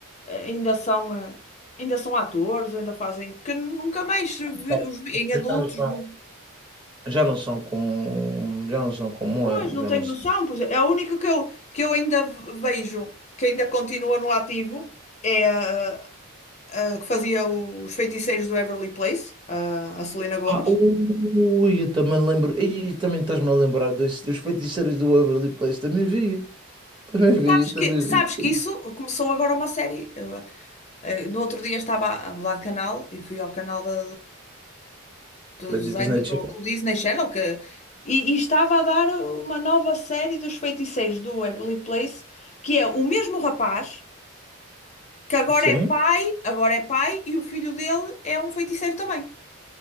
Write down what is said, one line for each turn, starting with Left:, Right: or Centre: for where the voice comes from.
Left: eh, ainda são, eh, ainda são atores, ou ainda fazem, porque nunca mais vi-
Right: pá,
Left: os vi em
Right: mas
Left: adultos,
Right: já não são,
Left: não-
Right: já não são como, já não são como
Left: pois,
Right: eram,
Left: não
Right: já
Left: tenho
Right: não são.
Left: noção, por exemplo, é a única que eu, que eu ainda v- vejo, que ainda continua no ativo, é a, a que fazia os feiticeiros do Everly Place, a, a Selena Gomez
Right: Ah, ui, eu também lembro, e também estás-me a lembrar desse, dos feiticeiros do Waverly Place, também via, também via,
Left: Sabes
Right: também
Left: que,
Right: via.
Left: sabes que isso começou agora uma série. Eu, eh, no outro dia estava a a mudar de canal e fui ao canal da, do,
Right: Da
Left: desenho-
Right: Disney Channel,
Left: do- do Disney Channel, que, e, e estava a dar uma nova série dos feiticeiros do Waverly Place, que é o mesmo rapaz, que agora
Right: sim.
Left: é pai, agora é pai, e o filho dele é um feiticeiro também.